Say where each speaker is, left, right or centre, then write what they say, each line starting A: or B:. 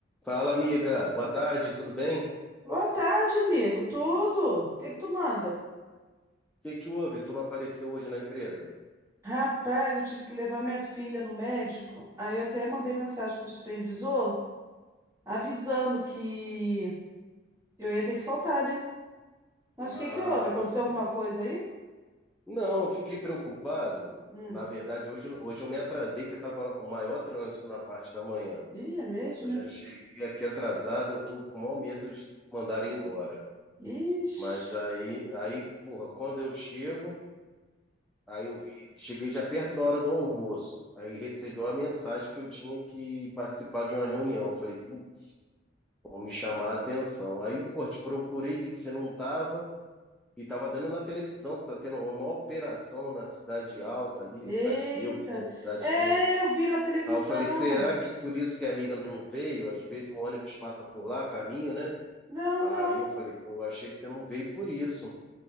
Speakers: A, in the centre; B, on the right (about 15°).
A: Fala, amiga. Boa tarde, tudo bem? O
B: Boa tarde, amigo. Tudo? O que que tu manda?
A: que que houve? Tu não apareceu hoje na empresa?
B: Rapaz, eu tive que levar minha filha no médico. Aí eu até mandei mensagem pro supervisor avisando que eu ia ter que faltar, né? Mas
A: Ah,
B: o que que houve? Aconteceu
A: sim.
B: alguma coisa aí?
A: Não, eu fiquei preocupado.
B: Hum.
A: Na verdade, hoje, eu- hoje eu me atrasei, que estava o maior trânsito na parte da manhã.
B: Ih, é mesmo,
A: Eu
B: né?
A: já cheguei aqui atrasado, e eu tô com o maior medo de me mandarem embora.
B: Ixi.
A: Mas aí, aí, porra, quando eu chego, aí eu vi, cheguei já perto da hora do almoço. Aí recebi uma mensagem que eu tinha que participar de uma reunião. Eu Falei, putz. vão me chamar a atenção. Aí, pô, te procurei, vi que você não tava e tava dando na televisão que tá tendo uma operação na Cidade Alta ali,
B: Eita.
A: Cidade de Deus, né? Cidade
B: É,
A: de Deus.
B: eu vi na televisão.
A: Aí eu falei, será que por isso que a amiga não veio? Às vezes o ônibus passa por lá, caminho, né?
B: Não,
A: Aí
B: não.
A: eu falei, pô, achei que você não veio por isso.